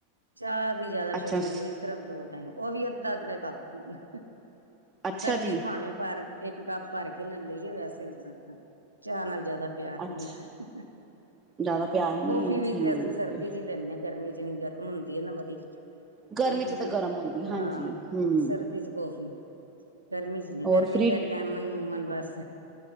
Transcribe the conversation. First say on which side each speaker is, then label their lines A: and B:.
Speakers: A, on the right; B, on the right.
A: ਚਾਹ ਦੀ ਜ਼ਿਆਦਾ
B: ਅੱਛਾ
A: ਸ਼ੌਕੀਨ ਨੀ ਸਿਰਫ ਦੋ ਟਾਈਮ ਉਹ ਵੀ ਅੱਧਾ ਅੱਧਾ ਕੱਪ ਹੁੰਦਾ
B: ਅੱਛਾ
A: ਸਰਦੀ
B: ਜੀ
A: ਚ ਭਾਵੇਂ ਭੱਰ। ਇੱਕ ਕੱਪ ਭਰ ਕੇ ਲੈ ਲਈਏ ਵੈਸੇ ਚਾਹ ਨਾਲ ਜ਼ਿਆਦਾ। ਪਿਆਰ
B: ਅੱਛਾ
A: ਨੀ ਹੈ,
B: ਜ਼ਿਆਦਾ ਪਿਆਰ ਨੀ
A: ਕੌਫੀ
B: ਹੈ
A: ਵੀ
B: ਠੀਕ
A: ਤੇ ਅਸੀਂ ਸਰਦੀ
B: ਏ
A: ਚ ਹੀ ਲੈਂਦੇ ਹਾਂ ਗਰਮੀ ਚ। ਜਿੰਨੀ ਗਰਮ ਹੁੰਦੀ ਹੈ, ਨਾ ਬੜੀ ਕਾਫੀ
B: ਗਰਮੀ ਚ
A: ਵੀ
B: ਤਾਂ ਗਰਮ ਹੁੰਦੀ ਹਾਂਜੀ
A: ਹਾਂ।
B: ਹਮ
A: ਸਰਦੀ ਚ ਕੌਫੀ ਗਰਮੀ ਚ ਨੀ
B: ਹੋਰ
A: ਗਰਮੀ
B: ਫਰੀ
A: ਤੇ ਲੈਮਨ ਲੂਮਨ ਬਸ।